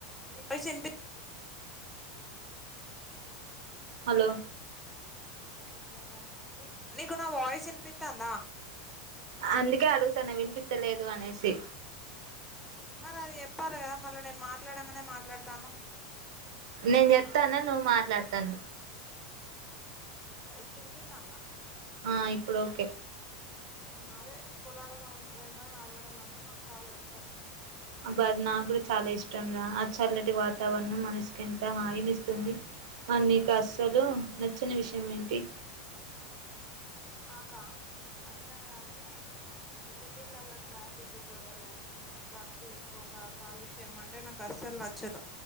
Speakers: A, in the centre; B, on the right (about 75°).
A: నీసింతే
B: హలో
A: అయ్యో రామా నీ నీకు నా వాయిస్ వినిపిత్తాందా
B: అందుకే అడుగుతన వినిపిత్తలేదు అనేసి
A: మరి అది చెప్పాలి కదా మళ్ళీ నేను మాట్లాడంగానే మాట్లాడతాన్నవ్
B: నేను చెప్తాను నువ్వు మాట్లాడతాన్నవ్
A: ఉ ఇప్పుడు వినిపిత్తాంది
B: ఆ ఇప్పుడు ఓకే
A: అదే పొలాల వెంబడి నడవడం అంటే నాకు చాలా ఇష్టం
B: అబ నా కూడా చాలా ఇష్టం రా ఆ చల్లటి వాతావరణం మనసుకి ఎంత హాయినిస్తుంది మా నీకు అసలు నచ్చని విషయం ఏంటి
A: నాకా నచ్చనిదంటే ఈ సిటీలల్లో ట్రాఫిక్ గొడవలు రద్దీ పొగ కాలుష్యం అంటే నాకు అసలు నచ్చదు